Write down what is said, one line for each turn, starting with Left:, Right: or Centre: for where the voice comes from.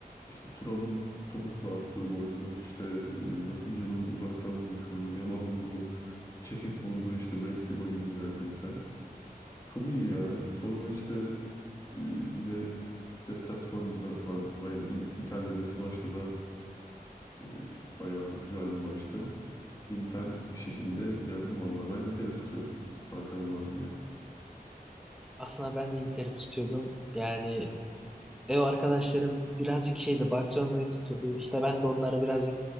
Left: işte Thuram'ın topukla attığı gol yok işte e, Rafinha'nın uzaktan vuruşu Yamal'ın bu çekip vurduğu işte Messi golü gibi neredeyse. Çok iyi ya. Sonra işte e, yine deplasmanda da pardon, aynen İn- İtalya'daki maçta da e, işte bayağı güzel bir maçtı. Inter bir şekilde yendi vallahi. Ben Inter'i tutuyordum. Hakan var diye.
Centre: Aslında ben de Inter'i tutuyordum. Yani Ev arkadaşlarım birazcık şeydi Barcelona'yı tutuyordu. İşte ben de onlara birazcık